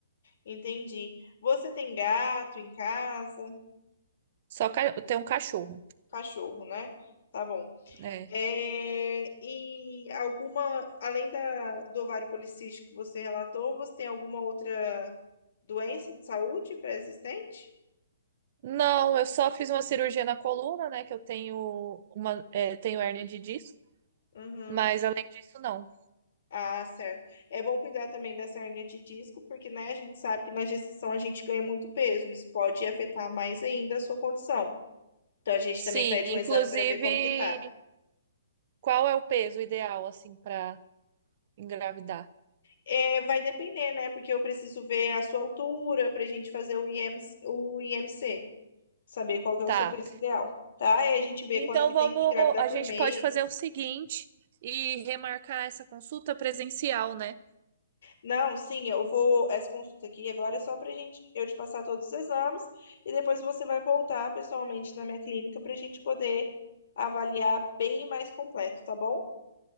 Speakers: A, on the left; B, on the right.
A: entendi. Você tem gato em casa?
B: Só ca... tem um cachorro,
A: Cachorro, né? Tá bom.
B: né?
A: É, e alguma, além da, do ovário policístico que você relatou, você tem alguma outra doença de saúde pré-existente?
B: Não, eu só fiz uma cirurgia na coluna, né? Que eu tenho uma, é, tenho hérnia de disco,
A: Uhum.
B: mas além disso, não.
A: Ah, certo. É bom cuidar também dessa hernia de disco, porque, né, a gente sabe que na gestação a gente ganha muito peso. Isso pode afetar mais ainda a sua condição. Então a gente
B: Sim,
A: também pede um
B: inclusive,
A: exame para ver como que tá.
B: qual é o peso ideal, assim, para engravidar?
A: É, vai depender, né? Porque eu preciso ver a sua altura para a gente fazer o IMC, o IMC. saber qual que é
B: Tá.
A: o seu peso ideal, tá? E a gente vê
B: Então
A: quanto que tem
B: vamos,
A: que engravidar
B: a
A: por
B: gente
A: mês.
B: pode fazer o seguinte e remarcar essa consulta presencial, né?
A: Não, sim, eu vou. Essa consulta aqui agora é só pra gente eu te passar todos os exames e depois você vai voltar pessoalmente na minha clínica pra gente poder avaliar bem mais completo, tá bom?